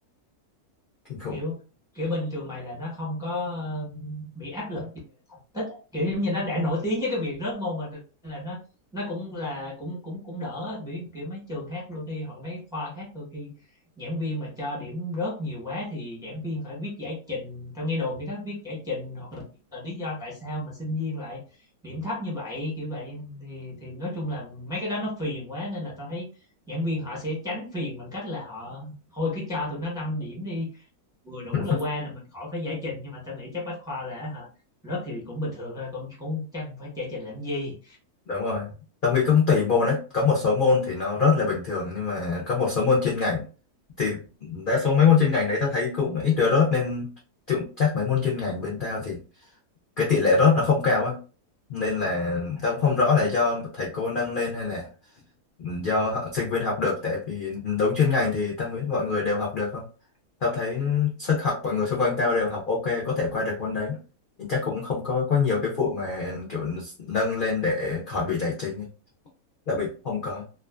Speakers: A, on the left (about 60°); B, in the centre.
A: kinh khủng
B: kiểu kiểu bên trường mày là nó không có ờ, bị áp lực về thành tích kiểu giống như nó đã nổi tiếng với cái việc rớt môn mình nên là nó nó cũng là cũng cũng cũng đỡ bị kiểu mấy trường khác đôi khi hoặc mấy khoa khác đôi khi giảng viên mà cho điểm rớt nhiều quá thì giảng viên phải viết giải trình tao nghe đồn như đó viết giải trình hoặc là viết là lý do tại sao mà sinh viên lại điểm thấp như vậy kiểu vậy thì thì nói chung là mấy cái đó nó phiền quá nên là tao thấy giảng viên họ sẽ tránh phiền bằng cách là họ thôi cứ cho tụi nó 5 điểm đi vừa đủ
A: <laughs>
B: là qua là mình khỏi phải giải trình nhưng mà tao nghĩ chắc bách khoa là hả rớt thì cũng bình thường thôi cũng cũng chẳng phải giải trình làm gì
A: đúng rồi tao nghĩ cũng tùy môn đấy có một số môn thì nó rất là bình thường nhưng mà có một số môn chuyên ngành thì đa số mấy môn chuyên ngành đấy tao thấy cũng ít được rớt nên cũng chắc mấy môn chuyên ngành bên tao thì cái tỷ lệ rớt nó không cao ấy nên là tao cũng không rõ là do thầy cô nâng lên hay là do họ- sinh viên học được tại vì đúng chuyên ngành thì tao nghĩ mọi người đều học được thôi tao thấy sức học mọi người xung quanh tao đều học ok có thể qua được môn đấy thì chắc cũng không có có nhiều cái vụ mà kiểu nâng lên để khỏi bị giải trình ấy. Là Bình không có.